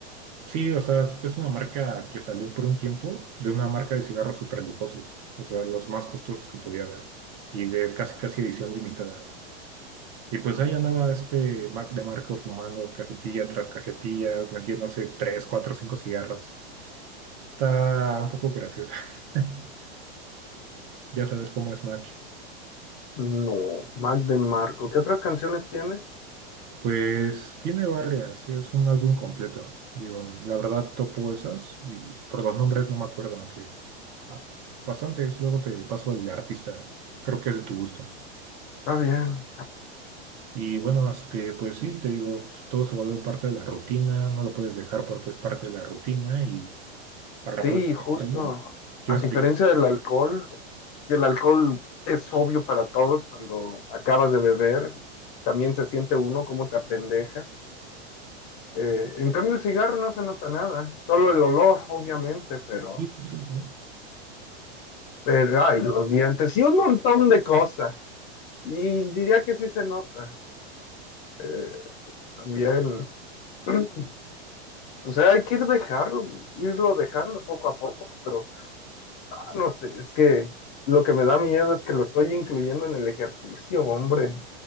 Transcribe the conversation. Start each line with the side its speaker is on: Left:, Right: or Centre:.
Right: Sí, o sea, es una marca que salió por un tiempo de una marca de cigarros súper lujosos, o sea, los más costosos que podía haber y de casi casi edición limitada. Y pues ahí andaba este Mac de Marco fumando cajetilla tras cajetilla, metiéndose tres, cuatro, cinco cigarros. Está un poco graciosa. <laughs> Ya sabes cómo es Mac.
Left: No, Mac de Marco. ¿Qué otras canciones tiene?
Right: Pues tiene varias, es un álbum completo. Digo, la verdad topo esas y por los nombres no me acuerdo, aunque ah, bastantes. Luego te paso el artista, creo que es de tu gusto.
Left: Está bien.
Right: Y bueno, este, pues sí, te digo, pues, todo se vuelve parte de la rutina, no lo puedes dejar porque es parte de la rutina y para
Left: Sí,
Right: poder
Left: justo.
Right: hacerlo, tienes
Left: A diferencia
Right: que...
Left: del alcohol, que el alcohol es obvio para todos cuando acabas de beber, también se siente uno como te apendeja. Eh, en cambio, el cigarro no se nota nada, solo el olor, obviamente, pero,
Right: Sí, sí, sí.
Left: pero, ay, los dientes y un montón de cosas. Y diría que sí se nota. Eh, También. <clears throat> O sea, hay que ir dejar, irlo dejando poco a poco, pero ah, no sé, es que lo que me da miedo es que lo estoy incluyendo en el ejercicio, hombre.